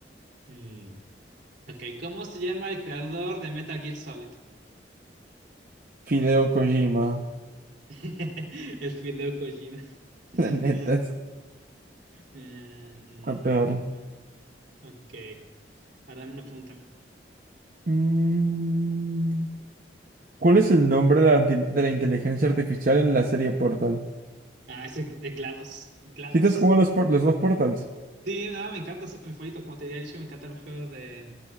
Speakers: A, on the right (about 70°); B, on the right (about 50°).
A: Mm, Ok, ¿cómo se llama el creador de Metal Gear Solid?
B: Fideo Kojima.
A: <laughs> El Fideo Kojima.
B: <laughs>
A: <laughs>
B: La neta es
A: Eh, mm,
B: la peor.
A: ok, ahora una pregunta.
B: Mm, ¿Cuál es el nombre de la, anti- de la inteligencia artificial en la serie Portal?
A: Ah, ese es GLaDOS. GLaDOS.
B: ¿Si te has jugado los, por- los dos Portals?
A: Sí, no, me encanta, soy mi favorito, como te había dicho, me encantan los juegos de,